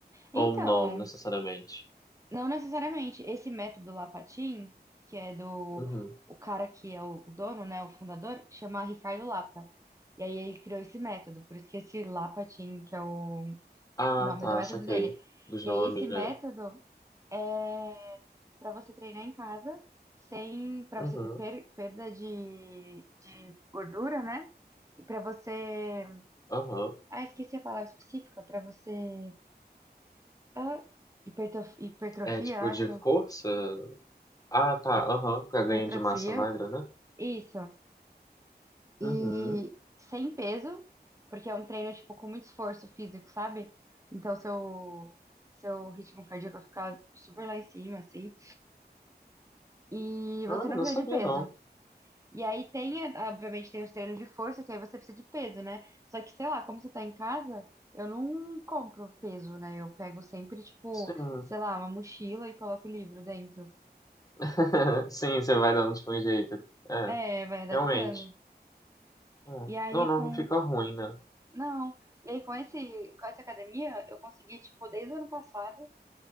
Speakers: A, on the left (about 20°); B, on the right (about 20°).
A: Ou
B: Então,
A: não necessariamente?
B: Não necessariamente. Esse método Lapatin, que é do
A: Uhum.
B: o cara que é o, o dono, né, o fundador, chama Ricardo Lapa. E aí ele criou esse método, por isso que esse Lapatin, que é o,
A: Ah,
B: o nome
A: tá,
B: do método
A: saquei.
B: dele.
A: Dos
B: E
A: nomes,
B: aí esse método
A: né?
B: é para você treinar em casa, sem para
A: Uhum,
B: você ter per- perda de, de gordura, né? E para você,
A: aham.
B: ah, esqueci a palavra específica, para você ah, hipertrof- hipertrofia,
A: É tipo
B: acho.
A: de força? Ah, tá, aham, Pra
B: Hipertrofia,
A: ganho de massa magra, né?
B: isso. E
A: Uhum.
B: sem peso, porque é um treino, tipo, com muito esforço físico, sabe? Então, seu, seu ritmo cardíaco vai ficar super lá em cima, assim. E
A: Olha,
B: você não
A: não
B: precisa
A: sabia
B: de peso.
A: não.
B: E aí tem, eh, obviamente, tem os treinos de força, que aí você precisa de peso, né? Só que, sei lá, como você tá em casa, eu não compro peso, né? Eu pego sempre, tipo,
A: Sim.
B: sei lá, uma mochila e coloco o livro dentro.
A: <laughs> Sim, você vai dando tipo um jeito. É,
B: É, vai adaptando.
A: realmente. É.
B: E aí
A: Não, não,
B: com.
A: não fica ruim, né?
B: Não. E aí com esse, com essa academia, eu consegui, tipo, desde o ano passado,